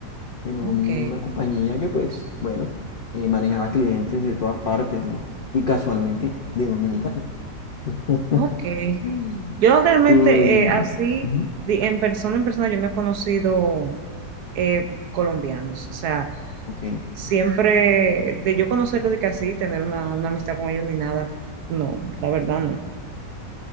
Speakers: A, on the left (about 65°); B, on the right (about 70°).
A: en
B: Ok,
A: una compañía que pues, bueno, eh, manejaba clientes de todas partes, ¿no? Y casualmente de Dominicana. <laughs>
B: ok.
A: Mm.
B: Yo realmente
A: Y,
B: eh, así,
A: ujú,
B: di- en persona, en persona, yo no he conocido eh, colombianos. O sea,
A: ok.
B: siempre de yo conocerlo de que así, tener una, una amistad con ellos ni nada, no, la verdad no.